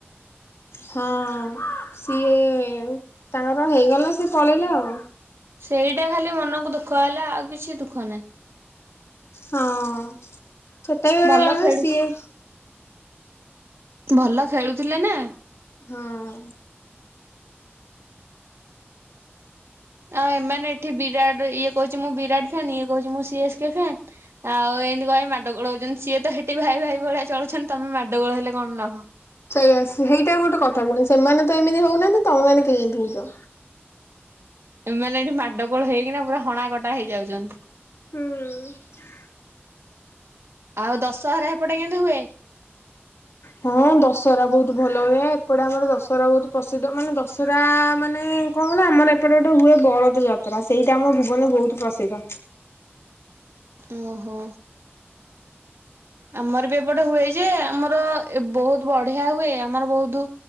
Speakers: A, on the left; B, on the right.
A: ହଁ ସିଏ ତାଙ୍କର ହେଇଗଲା ନା ସିଏ ପଳେଇଲେ ଆଉ।
B: ସେଇଟା ଖାଲି ମନକୁ ଦୁଃଖ ହେଲା ଆଉ କିଛି ଦୁଃଖ ନାହିଁ।
A: ହଁ ଛତା ବି ଗୋଡେ
B: ଭଲ
A: ଗାରେ
B: ଖେଳୁ
A: ସିଏ
B: ଭଲ ଖେଳୁଥିଲେ ନା
A: ହଁ
B: ଆଉ ଏମାନେ ଏଠି ବିରାଟ ଇଏ କହୁଛି ମୁଁ ବିରାଟ ଫନ୍ ଇଏ କହୁଛି ମୁଁ ସିଏସ୍ କେ ଫାନ ଆଉ ଏମିତି କହି ମାଡ ଗୋଳ ହଉଛନ୍ତି। ସିଏ ତ ହେଠି ଭାଇ ଭାଇ ଭଳିଆ ଚଳୁଛନ୍ତି ।ତମେ ମାଡ ଗୋଳ ହେଲେ କଣ ଲାଭ।
A: ସେଇଆସ ସେଇଟାଉ ଗୋଟେ କଥା ପୁଣି ସେମାନେ ତ ଏମିତି ହଉନାହାନ୍ତି ତମେମାନେ କାଇଁ ଏମିତି ହଉଛ।
B: ଏମାନେ ଏଠି ମାଡଗୋଳ ହେଇକିନା ପୁରା ହଣା କଟା ହେଇଯାଉଛନ୍ତି।
A: ହଁ
B: ଆଉ ଦଶହରା ଏପଟେ କେମିତି ହୁଏ?
A: ହଁ ଦଶହରା ବହୁତ ଭଲ ହୁଏ ଏପଟେ ଆମର ଦଶହରା ବହୁତ ପ୍ରସିଦ୍ଧ ମାନେ ଦଶହରା ମାନେ କଣ କଲା ଆମର ଏପଟେ ଗୋଟେ ହୁଏ ବଳଦ ଯାତ୍ରା ସେଇଟା ଆମ ଭୁବନରେ ବହୁତ ପ୍ରସିଦ୍ଧ।
B: ଓହୋ ଆମର ବି ଏପଟେ ହୁଏ ଯେ ଆମର ବହୁତ ବଢିଆ ହୁଏ ।ଆମର ବହୁତ